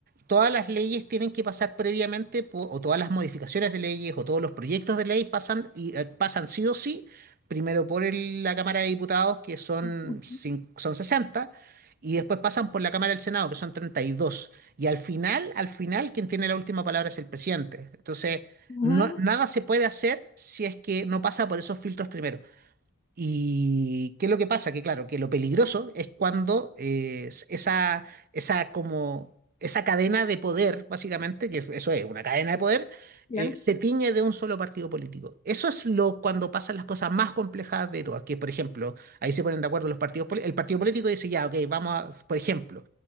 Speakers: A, on the right; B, on the left.
A: todas las leyes tienen que pasar previamente, po- o todas las modificaciones de leyes, o todos los proyectos de ley pasan, y, eh, pasan sí o sí, primero por el- la Cámara de Diputados, que son,
B: Ujú,
A: cin- son 60 y después pasan por la Cámara del Senado, que son 32. Y dos. Y al final, al final, quien tiene la última palabra es el presidente. Entonces,
B: ujú,
A: no- nada se puede hacer si es que no pasa por esos filtros primero. ¿Y qué es lo que pasa? Que claro, que lo peligroso es cuando eh, s- esa, esa, como, esa cadena de poder, básicamente, que eso es una cadena de poder,
B: Claro.
A: eh, se tiñe de un solo partido político. Eso es lo cuando pasan las cosas más complejas de todas, que por ejemplo, ahí se ponen de acuerdo los partidos, poli- el partido político dice, ya, ok, vamos a, por ejemplo,